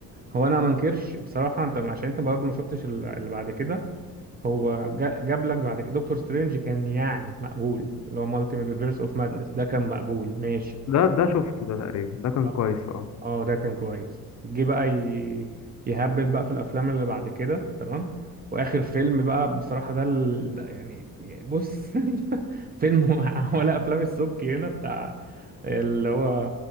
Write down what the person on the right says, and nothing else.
هو انا ما انكرش بصراحة انت عشان انت برضه ما شفتش ال- اللي بعد كده هو جا- جاب لك بعد كده دكتور سترينج كان يعني مقبول اللي هو مالتي ميفيرس اوف مادنس ده كان مقبول ماشي
اه
اه ده كان كويس جه بقى ي... يهبل بقى في الافلام اللي بعد كده تمام واخر فيلم بقى بصراحة ده, ال... ده يعني يعني بص <laughs> فيلم <laughs> ولا افلام السبكي هنا بتاع اللي هو